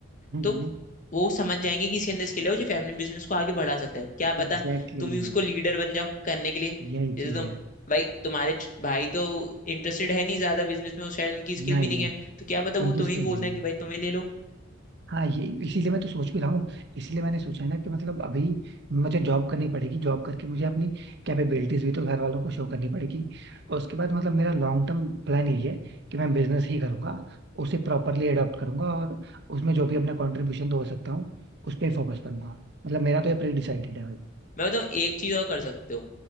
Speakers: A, on the right; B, on the left.
A: हम्म
B: तो वो समझ जाएंगे कि इसके अंदर स्किल है और जो फैमिली बिजनेस को आगे बढ़ा सकता है क्या पता
A: Exactly
B: तुम
A: exactly,
B: ही उसको लीडर बन जाओ करने के लिए
A: यही
B: जैसे
A: चीज
B: तुम
A: है
B: भाई तुम्हारे च- भाई तो इंटरेस्टेड है नहीं ज्यादा बिजनेस में और शायद उनकी स्किल
A: नहीं
B: भी नहीं
A: नहीं
B: है तो क्या पता वो
A: उनकी
B: तुम्हें
A: स्किल
B: ही बोल
A: भी नहीं
B: दें
A: है
B: कि भाई तुम्हें ले लो
A: हाँ ये इसीलिए मैं तो सोच भी रहा हूँ इसलिए मैंने सोचा है ना कि मतलब अभी मुझे जॉब करनी पड़ेगी जॉब करके मुझे अपनी कैपेबिलिटीज भी तो घर वालों को शो करनी पड़ेगी और उसके बाद मतलब मेरा लॉन्ग टर्म प्लान यही है कि मैं बिजनेस ही करूंगा उसे प्रॉपरली अडॉप्ट करूंगा और उसमें जो भी अपना कॉन्ट्रीब्यूशन दो सकता हूँ उस पर फोकस करूंगा मतलब मेरा तो ये प्री डिसाइडेड है भाई
B: मैं बताऊँ एक चीज और कर सकते हो